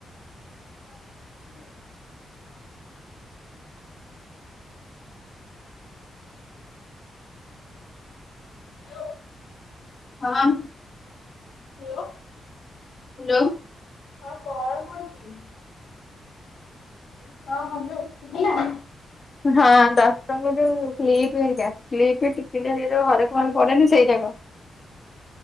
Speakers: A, on the left; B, on the left.
A: <unintelligible> ହାଲୋ।
B: ହଁ।
A: ହାଲୋ।
B: ହାଲୋ।
A: ହଁ କଣ କଉଚି? ହଁ ହାଲୋ ଶୁବିଲା?
B: ହଁ ଦଶଟଙ୍କା ଯୋଉ କ୍ଲିପ ହେରିକା। କ୍ଲିପ୍ ଟିକିଲି ହେରିକା ଯୋଉ ହରେକମାଲ ପଡେନି ସେଇରାକ।